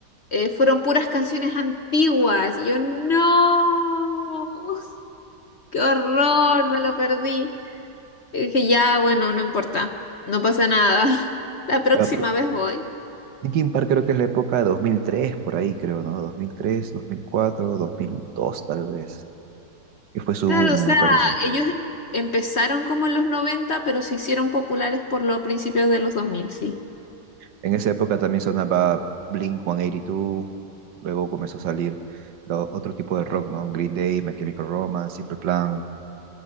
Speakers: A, on the left; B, on the right.
A: eh, fueron puras canciones antiguas. Y yo, no, qué horror, me lo perdí. Y dije, ya, bueno, no importa, no pasa nada. <laughs> La próxima
B: Ya, pero
A: vez voy.
B: Linkin Park creo que es la época de 2003, por ahí creo, ¿no? 2003, 2004, 2002 tal vez, que fue su
A: Claro,
B: boom,
A: o sea,
B: me parece.
A: ellos em- empezaron como en los 90, pero se hicieron populares por los principios de los 2000, sí.
B: En esa época también sonaba Blink-182, luego comenzó a salir lo- otro tipo de rock, ¿no? Green Day, My Chemical Romance, Simple Plan,